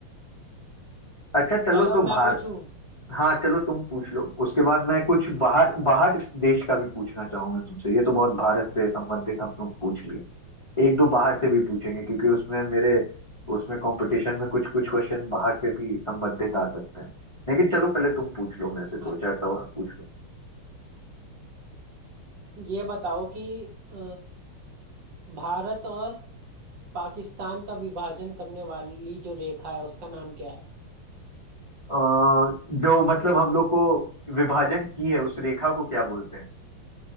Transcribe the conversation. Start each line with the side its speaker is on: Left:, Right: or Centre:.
Left: अच्छा चलो
Right: चलो
Left: तो
Right: अब
Left: भार
Right: मैं पूछूं
Left: हाँ चलो तुम पूछ लो उसके बाद मैं कुछ बाहर बाहर देश का भी पूछना चाहूंगा तुमसे ये तो बहुत भारत से संबंधित हम लोग पूछ लिए एक दो बाहर से भी पूछेंगे क्योंकि उसमें मेरे उसमें कंपटीशन में कुछ कुछ क्वेश्चन बाहर से भी संबंधित आ सकते हैं लेकिन चलो पहले तुम पूछ लो मेरे से
Right: अच्छा,
Left: दो चार सवाल पूछ लो
Right: ये बताओ कि अ, भारत और पाकिस्तान का विभाजन करने वाली जो रेखा है उसका नाम क्या है
Left: अ, जो मतलब हम लोग को विभाजन की है उस रेखा को क्या बोलते हैं